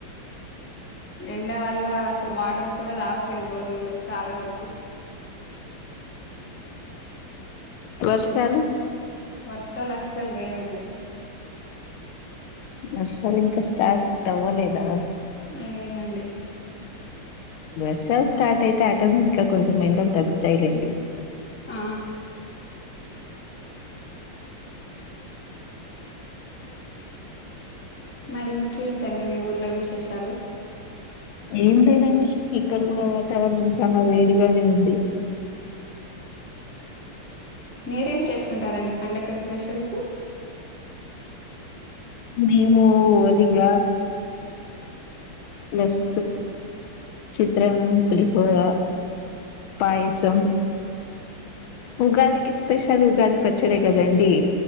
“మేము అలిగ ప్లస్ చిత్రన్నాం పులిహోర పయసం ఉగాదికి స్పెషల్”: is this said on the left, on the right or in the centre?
Left